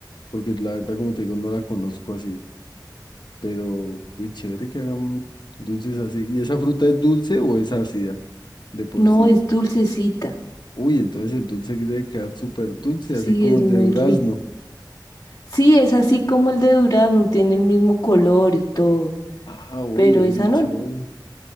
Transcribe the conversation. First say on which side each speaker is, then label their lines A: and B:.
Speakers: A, on the left; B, on the left.
A: porque la verdad, como te digo, no la conozco así, pero, muy chévere que hagan dulces así, ¿y esa fruta es dulce o es ácida de por
B: No,
A: sí?
B: es dulcecita,
A: Uy, entonces el dulce aquí debe quedar súper dulce,
B: sí,
A: así como
B: es
A: el
B: muy
A: de durazno.
B: rico. Sí, es así como el de durazno, tiene el mismo color y todo,
A: Ah, oye,
B: pero
A: oye,
B: esa no.
A: chévere.